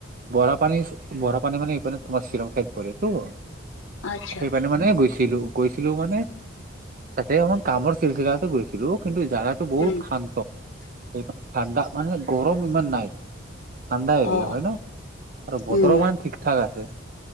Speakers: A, on the right (about 45°); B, on the left (about 75°).
A: বৰা পানী-বৰা পানী মানে, এইপিনে তোমাৰ, শ্বিলং চাইড পৰেতো।
B: আচ্ছা
A: সেইকাৰণে মানে, গৈছিলোঁ। গৈছিলোঁ মানে, তাতে আমাক কামৰ চিলচিলাতে গৈছিলোঁ। কিন্তু, জাগাটো বহুত
B: উম
A: শান্ত! এইবাৰ ঠাণ্ডা মানে, গৰম ইমান নাই। ঠাণ্ডা এৰিয়া
B: অ
A: হয়, ন'? আৰু
B: উম
A: বতৰ মানে, ঠিক-ঠাক আছে।